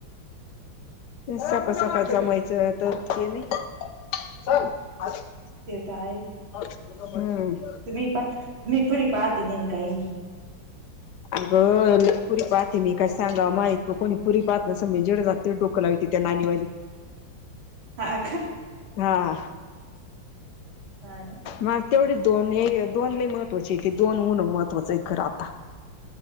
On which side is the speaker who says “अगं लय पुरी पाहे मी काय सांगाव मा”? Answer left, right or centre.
Left